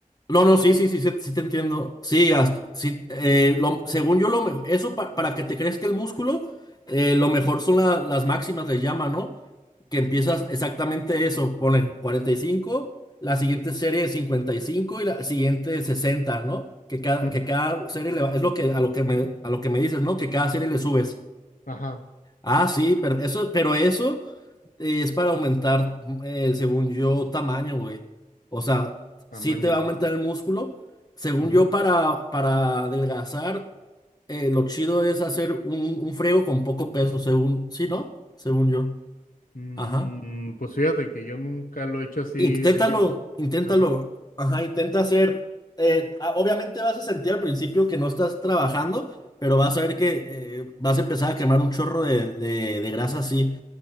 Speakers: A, on the left (about 25°); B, on the left (about 80°).
A: No, no, sí, sí, sí, sí, sí te entiendo. Sí, hasta, sí, eh, lo- según yo, lo, me- eso pa- para que te crezca el músculo, eh, lo mejor son la- las máximas, les llama, ¿no? Que empiezas exactamente eso, pone 45, la siguiente serie de 55 y cinco y la siguiente 60, ¿no? Que cada,
B: ujú,
A: que cada serie le va- es lo que, a lo que me, a lo que me dices, ¿no? Que cada serie le subes.
B: ajá,
A: Ah, sí, pero eso, pero eso eh, es para aumentar, eh, según yo, tamaño, güey. O sea,
B: tamaño.
A: sí te va a aumentar el músculo. Según
B: ujú".
A: yo, para, para adelgazar, eh, lo chido es hacer un, un friego con poco peso, según, sí, ¿no? Según yo.
B: Mm,
A: Ajá.
B: pues fíjate que yo nunca lo he hecho así.
A: Inténtalo,
B: yo-
A: inténtalo.
B: ajá.
A: Ajá, intenta hacer. eh, ah, obviamente vas a sentir al principio que no estás trabajando, pero vas a ver que eh, vas a empezar a quemar un chorro de, de, de grasa así.